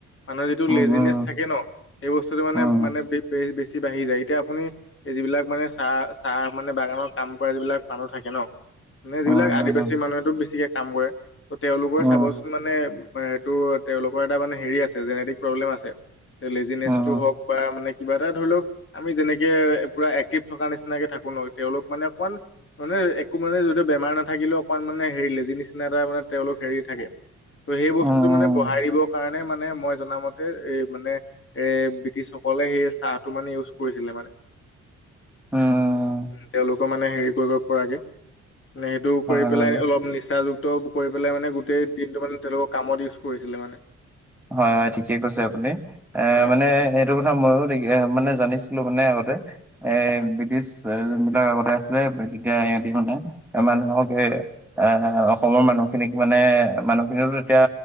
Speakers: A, on the left; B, in the centre.
A: মানুহৰ যিটো
B: উম,
A: লেজিনেছ
B: উম,
A: থাকে ন সেই বস্তুটো মানে
B: উম,
A: মানে বেছি বাঢ়ি যায় এতিয়া আপুনি, এই যিবিলাক মানে চাহ চাহ মানে বাগানৰ কাম কৰা যিবিলাক মানুহ থাকে ন। মানে যিবিলাক
B: উম,
A: আদিবাসী
B: উম,
A: মানুহেটো বেছিকে কাম কৰে ত তেওঁলোকৰ
B: উম,
A: চাবচোন মানে, মানে সেইটো তেওঁলোকৰ এটা মানে হেৰি আছে জেনেটিক প্ৰব্লেম আছে লেজিনেছটো
B: উম, উম,
A: হওক, বা মানে কিবা এটা ধৰি লওক। আমি যেনেকে পুৰা এক্টিভ থকা নিচিনাকে থাকো ন তেওঁলোক মানে অকমান। মানে একো মানে য বেমাৰ নাথাকিলেও অকণ মানে হেৰিলেজি নিচিনা এটা মানে তেওঁলোক হেৰি থাকে ত' সেই বস্তুটো
B: উম, উম, উম,
A: মানে, বঢ়াই দিবৰ কাৰণে মানে মই জনামতে এই মানে, এৰ ব্ৰিটিছসকলে সেই চাহটো মানে ইউজ কৰিছিলে মানে।
B: উম
A: উ তেওঁলোকৰ মানে হেৰি কৰিব পৰাকে। মানে সেইটো
B: হয়
A: কৰি পেলাই
B: বাৰু।
A: অলপ নিচাযুক্ত কৰি পেলাই মানে গোটেই দিনটো মানে তেওঁলোকক, কামত ইউজ কৰিছিলে মানে।
B: হয় হয় ঠিকে কৈছে আপুনি এ
A: হয়,
B: মানে হেটো কথা ময়ো মানে জানিছিলো মানে আগতে এ
A: হয়,
B: ব্ৰিটিছ, যোন বিলাক আগতে আছিলে তেতিয়া ইহতি মানে মানুহক সেই, আহ অসমৰ মানুহখিনিক মানে মানুহখিনি তেতিয়া